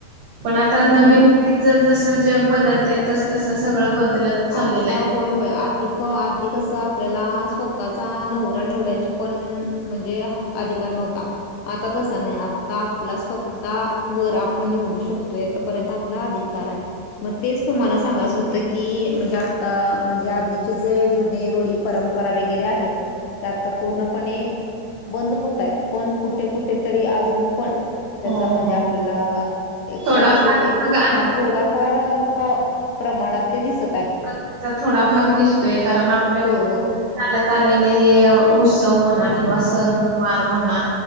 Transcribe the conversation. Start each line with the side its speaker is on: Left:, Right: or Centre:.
Right: पण आता नवीन
Left: हं.
Right: पिढीच जसं जग बदलतय तस तसं सगळं बदलत- चाललेलं
Left: आता.
Right: आहे.
Left: होय होय, आधी प आधी कसं आपल्याला स्वतःचा नवरा निवडायची- पण म्हणजे हा अधिकार नव्हता आता तसा नाही. आपला स्वतः वर आपण निवडू शकतोय. आतापर्यंत- आपला अधिकार आहे. मग तेच तुम्हाला सांगायचं होतं की- म्हणजे आता म्हणजे आधीचे जे जुने रुढी परंपरा वगैरे आहेत. ते आता पूर्णपणे बंद होतय. पण कुठे, कुठे तरी अजून पण- त्याचा
Right: हो
Left: म्हणजे
Right: हो
Left: आपला एखादी
Right: थोडाफार
Left: गो एक
Right: मग आता
Left: हा थोडाफार- प्र प्रमाणात ते दिसत. आहे
Right: त्याचा थोडा भाग दिसतोय. कारण आपलं
Left: होय होय
Right: चालत... चालेले हे उत्सव म्हणा किंवा सणवार म्हणा